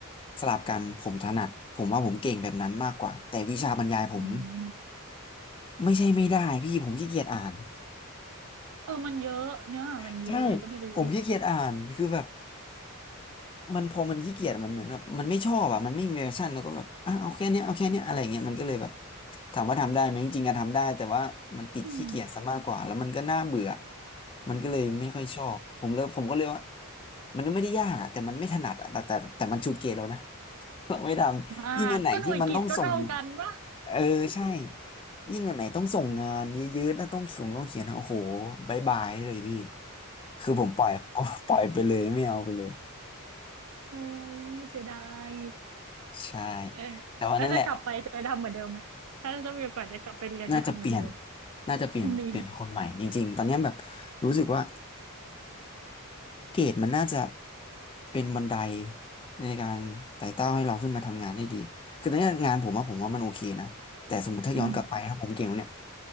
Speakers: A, on the left; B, on the right.
A: สลับกันผมถนัดผมว่าผมเก่งแบบนั้นมากกว่าแต่วิชาบรรยายผม
B: อืม
A: ไม่ใช่ไม่ได้พี่ผมขี้เกียจอ่าน
B: เออมันเยอะเนื้อหามันเยอะอะไรก็ไม่รู้เยอะ
A: <laughs> ใช่ผมขี้เกียจอ่านคือแบบ มันพอมันขี้เกียจมันเหมือนแบบมันไม่ชอบอ่ะมันไม่มีแพชชั่นแล้วก็แบบอ่ะเอาแค่เนี้ยเอาแค่เนี้ยอะไรเงี้ยมันก็เลยแบบถามว่าทำได้ไหมจริงๆอะทำได้แต่ว่ามันติดขี้เกียจซะมากกว่าแล้วมันก็น่าเบื่อ
B: อืม
A: มันก็เลยไม่ค่อยชอบผมเลยผมก็เลยว่ามันไม่ได้ยากอะแต่มันไม่ถนัดอะแต่แต่แต่มันชูดเกยเรานะ <laughs> เราไม่ทำยิ่งอันไหนที่มันต้องส่ง
B: มากก็หน่วยกิตก็เท่ากันปะ
A: เออใช่ยิ่งอันไหนต้องส่งงานเยอะๆนะต้องเขียนต้องเขียนอะโอ้โหบายบายเลยพี่คือผมปล่อย <laughs> ปล่อยไปเลยไม่เอาไปเลย
B: <laughs> โอ้ยเสียดาย
A: ใช่
B: เออ
A: แต่ว่านั่นแหละ
B: แล้วถ้ากลับไปจะทำเหมือนเดิมไหม ถ้าจะมีโอกาสได้กลับไปเรียนจะทำเหมือนเดิม
A: น่าจะเปลี่ยนน่าจะเปลี่ยนเปลี่ยนคนใหม่จริงๆตอนเนี้ยแบบ
B: <laughs> นี่
A: รู้สึกว่าเกรดมันน่าจะเป็นบันไดในการไต่เต้าให้เราขึ้นมาทำงานได้ดีคือตอนเนี้ยงานผมว่าผมว่ามันโอเคนะแต่สมมติถ้าย้อนกลับไปถ้าผมเก่งกว่าเนี่ย
B: อืม